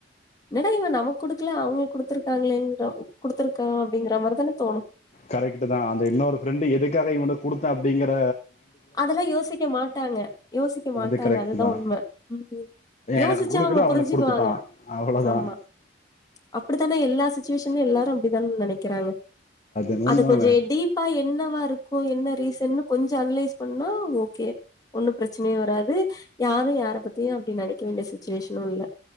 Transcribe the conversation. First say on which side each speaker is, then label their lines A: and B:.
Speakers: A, on the left (about 20°); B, on the left (about 35°).
A: என்னடா இவ நமக்கு குடுக்கல அவங்களுக்கு குடுத்துருக்காங்களேங்ற குடுத்துருக்கா அப்படிங்கற மாரிதான தோணு
B: கரெக்ட்டுதா அந்த இன்னொரு ஃபிரெண்டு எதுக்காக இவன்ட கெடுத்த அப்டிங்கற
A: அதெல்லா யோசிக்க மாட்டாங்க யோசிக்க மாட்டாங்க
B: அது கரெக்ட்
A: அதுதா
B: தான்
A: உண்ம ம் யோசிச்சா
B: எனக்கு குடுக்கல
A: அவங்க
B: அவனுக்கு
A: புரிஞ்சுக்குவாங்க
B: குடுத்துட்டான் அவ்வளோதான்
A: ஆமா அப்படித்தானே எல்லா சிச்சுவேஷன்லயு எல்லாரு அப்டித்தான நெனைக் கறாங்க
B: என்னமோ
A: அது
B: உண்மதாங்க
A: கொஞ்ச டீப்பா எ என்னவா இருக்கு என்ன ரீசன்னு கொஞ்ச அனலைஸ் பண்ணா ஓகே ஒண்ணு பிரச்சனையு வராது யாரு யார பத்தியு அப்டி நெனைக்க வேண்டிய சுச்சுவேஷனு இல்ல